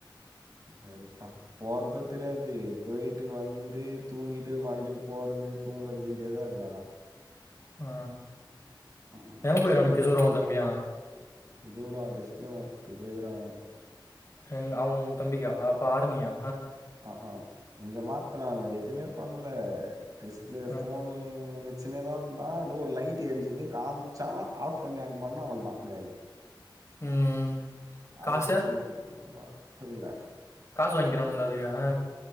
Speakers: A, on the right (about 45°); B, on the left (about 35°).
A: வெறுப்பா போறதோ தெரியாது போயிட்டு வந்து தூங்கிட் டு மறும்டி போறது தூங்கறது இதேதா இர்கா
B: ஆ
A: ம் ம்
B: எங்க போய்றானுங்க கிஷோரு உ தம்பியு
A: இதொடா டிஸ்ப்ளே மாத்தத்துக் போய்கிறாணுங்கொ
B: எங் அவ உ தம்பிக்கா அப்ப ஆரணியா
A: ஆ கா இங்கே மாத்னாங்கே எதுமே பண்லே டிஸ்பிளே
B: ஆ
A: ஃபோனு சின்னதாக இந்தா ஏதோ ஒரு லைட் எர்ஞ்சது காம்ச்சா ஆஃப் பண்ணி ஆன் பண்ணா அவுள்தா காலி
B: ம்
A: ஆயித்தி
B: காசு
A: முன்னூரூபா புரில
B: காசு வாங்கிக்கிறானுங்லா அதுக்காக